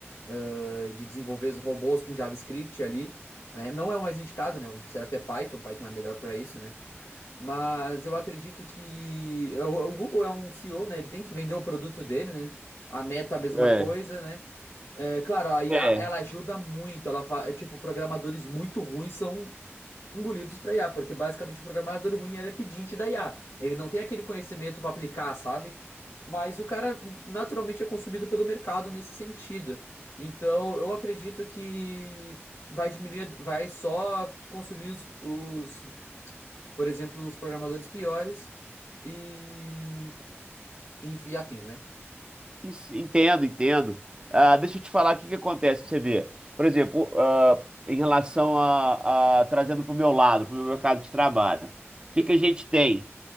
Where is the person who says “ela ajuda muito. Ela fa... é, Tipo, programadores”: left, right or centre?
Left